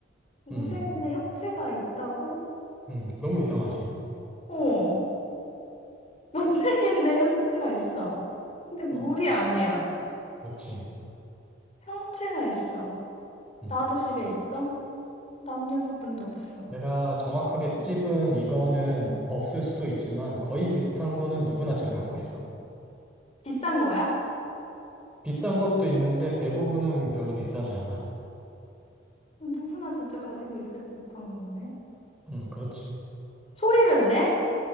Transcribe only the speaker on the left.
무색인데
형체가 있다고?
어, 무색인데 형체가 있어. 근데 물이
아니야.
형체가 있어.
나도 집에 있어? 남녀 구분도 없어.
음.
비싼 거야?
어, 누구나 진짜 가지고 있을 법한 거네.
소리를 내?